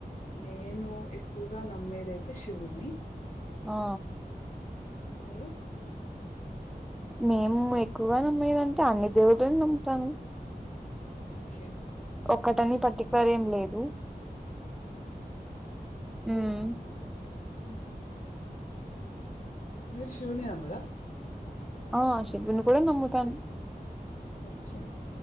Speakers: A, on the left; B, in the centre.
A: నేను ఎక్కువగా నమ్మేదయితే శివుడిని
B: ఆ
A: మీరు
B: మేము ఎక్కువగా నమ్మేదింటే అన్ని దేవుళలను నమ్ముతాము
A: ఓకే
B: ఒక్కటని పర్టికులర్ ఏం లేదు
A: ఓకే
B: ఉమ్
A: అహ మీరు శివుని నమ్మరా
B: ఆ శివుని కూడా నమ్ముతాను
A: అచ్చా